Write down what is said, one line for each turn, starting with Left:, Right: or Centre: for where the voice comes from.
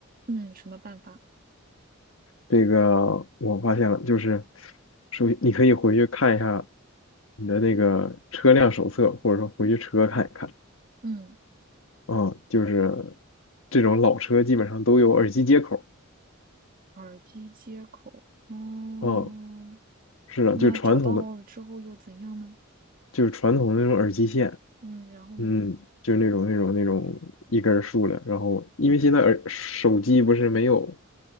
Right: 嗯，什么办法？
Left: 这个我发现了，就是首你可以回去看一下你的那个车辆手册，或者说回去车看一看。
Right: 嗯，
Left: 嗯，就是这种老车基本上都有耳机接口。
Right: 耳机接口。嗯，
Left: 嗯，是的，
Right: 那找到了之后又怎样呢？
Left: 就传统的，就是传统的那种耳机线。
Right: 嗯，然后呢？
Left: 嗯，就是那种那种那种一根儿竖的，然后因为现在耳手机不是没有